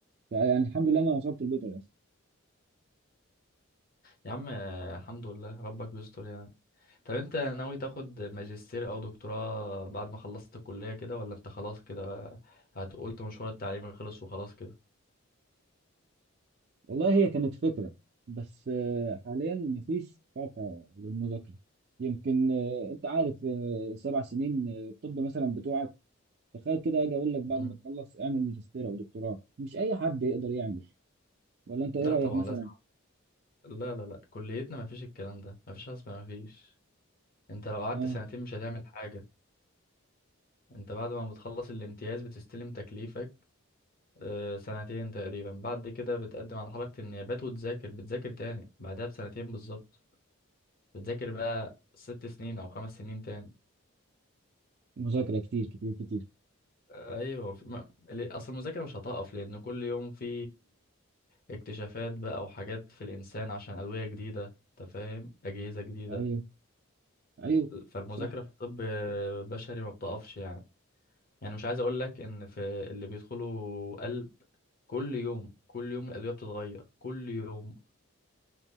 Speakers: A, on the right (about 50°); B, on the left (about 45°).
A: فيعني الحمد لله انا وصلت البيطري اصلا
B: يا عم الحمد لله ربك بيستر يعني طب انت ناوي تاخد ماجستير او دكتوراه بعد ما خلصت الكلية كده ولا انت خلاص كده هتقولت مشوار التعليمي خلص وخلاص كده
A: والله هي كانت فكره بس آه، حاليا مفيش طاقه للمذاكره يمكن آه، انت عارف آه، سبع سنين آه، الطب مثلا بتوعك تخيل كده اجي اقول لك بعد
B: مهم.
A: ما تخلص اعمل ماجستير او دكتوراه مش اي حد يقدر يعمل ولا انت
B: لا
A: ايه رايك
B: طبعا
A: مثلا
B: لازم لا لا لا كليتنا ما فيش الكلام ده ما فيش حاجة اسمها ما فيش انت لو قعدت
A: اه
B: سنتين مش هتعمل حاجة انت بعد ما بتخلص الامتياز بتستلم تكليفك آه، سنتين تقريبا بعد كده بتقدم على حركة النيابات وتذاكر بتذاكر تاني بعدها بسنتين بالظبط بتذاكر بقى ست سنين او خمس سنين تاني
A: مذاكره كتير كتير كتير
B: آه، ايوه في- ما... ليه- اصل المذاكرة مش هتقف لان كل يوم في اكتشافات بقى وحاجات في الانسان عشان ادوية جديدة انت فاهم اجهزة جديدة
A: ايوه ايوه
B: فالمذاكرة
A: صح
B: في الطب بشري ما بتقفش يعني يعني مش عايز اقول لك ان في اللي بيدخلوا قلب كل يوم كل يوم الأدوية بتتغير كل يوم